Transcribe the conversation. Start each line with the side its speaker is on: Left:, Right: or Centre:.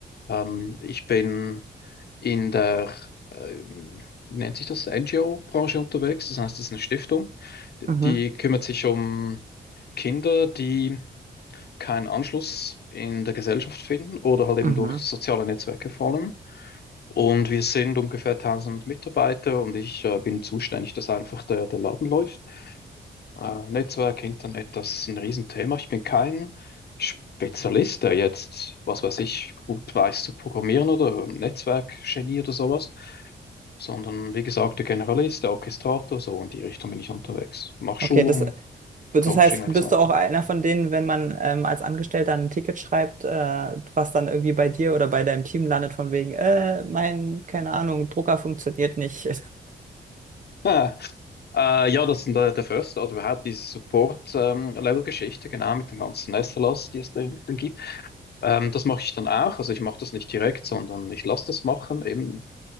Left: Ähm, ich bin in der, ähm, wie nennt sich das, NGO-Branche unterwegs. Das heißt, es ist eine Stiftung, D-
Right: Mhm.
Left: die kümmert sich um Kinder, die keinen Anschluss in der Gesellschaft finden oder halt eben
Right: Mhm.
Left: durch soziale Netzwerke fallen. Und wir sind ungefähr tausend Mitarbeiter und ich äh, bin zuständig, dass einfach der, der Laden läuft. Äh, Netzwerk, Internet, das ist ein Riesenthema. Ich bin kein Spezialist, der jetzt, was weiß ich, gut weiß zu programmieren oder ein Netzwerkgenie oder sowas, sondern wie gesagt, der Generalist, der Orchestrator, so in die Richtung bin ich unterwegs. Mach Schulung,
Right: Okay, das, das
Left: Coaching
Right: heißt,
Left: und
Right: bist
Left: so weiter.
Right: du auch einer
Left: <laughs>
Right: von denen, wenn man ähm, als Angestellter ein Ticket schreibt, äh, was dann irgendwie bei dir oder bei deinem Team landet, von wegen, äh, mein, keine Ahnung, Drucker funktioniert nicht.
Left: Ha. Äh, ja, das sind der, der First, oder überhaupt diese Support-Level-Geschichte, genau, mit den ganzen SLAs, die es da dann gibt. Ähm, das mache ich dann auch. Also ich mache das nicht direkt, sondern ich lasse das machen, eben